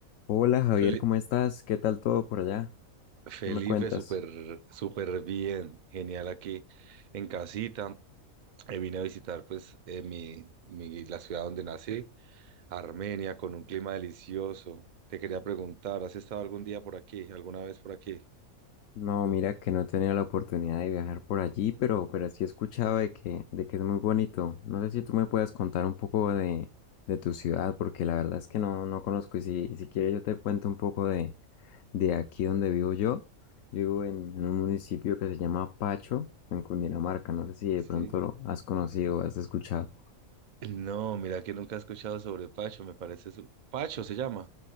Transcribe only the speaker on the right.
Feli-
Felipe,
súper, súper bien, genial aquí en casita. Eh, vine a visitar pues eh, mi, mi- la ciudad donde nací, Armenia, con un clima delicioso. Te quería preguntar, ¿has estado algún día por aquí, alguna vez por aquí?
Sí.
No, mira que nunca he escuchado sobre Pacho, me parece su... Pacho se llama,